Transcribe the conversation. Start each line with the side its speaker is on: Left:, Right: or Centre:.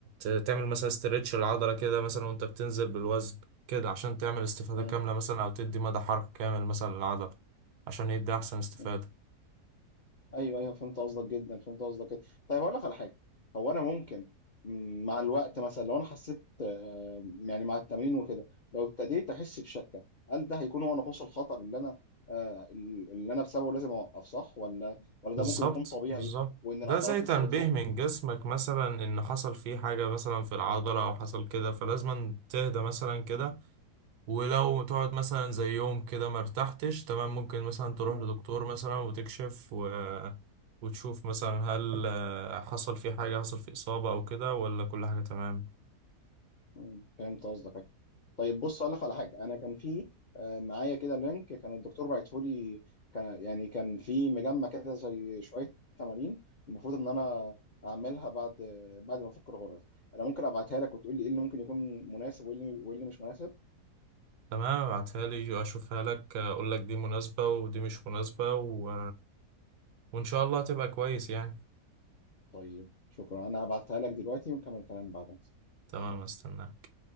Right: هتعمل مثلا استرتش العضلة كده مثلا وانت بتنزل بالوزن كده عشان تعمل استفادة
Left: مم.
Right: كاملة مثلا او تدي مدى حركة كامل مثلا للعضلة عشان يدي احسن استفادة
Left: مم. أيوه أيوه فهمت قصدك جدا فهمت قصدك جدا طيب هقول لك على حاجة هو أنا ممكن م، مع الوقت مثلا لو أنا حسيت آه، يعني مع التمرين وكده لو ابتديت أحس بشكة هل ده هيكون هو نقص الخطر اللي أنا آه، اللي أنا بسببه لازم أوقف صح ولا ولا
Right: بالظبط
Left: ده ممكن يكون طبيعي
Right: بالظبط
Left: وإن
Right: ده
Left: العضلات
Right: زي تنبيه
Left: لسه بتفك؟
Right: من جسمك مثلا ان حصل فيه حاجة مثلا في العضلة او حصل كده فلازم تهدى مثلا كده ولو تقعد مثلا زي يوم كده ما ارتحتش تمام ممكن مثلا تروح
Left: مم.
Right: لدكتور مثلا وتكشف و... وتشوف مثلا هل آه، حصل في حاجة حصل في إصابة أو كده ولا كل حاجة تمام
Left: مم. فهمت قصدك طيب بص اقول لك على حاجه انا كان في آه، معايا كده لينك كان الدكتور باعته لي كان يعني كان في مجمع كده زي شويه تمارين المفروض ان انا اعملها بعد بعد ما افك الغرز انا ممكن ابعتها لك وتقول لي ايه اللي ممكن يكون مناسب وايه اللي وايه اللي مش مناسب
Right: تمام ابعتها لي وأشوفها لك أقول لك دي مناسبة ودي مش مناسبة و... وإن شاء الله هتبقى كويس يعني
Left: طيب شكرا انا هبعتها لك دلوقتي ونكمل الكلام بعدين
Right: تمام استناك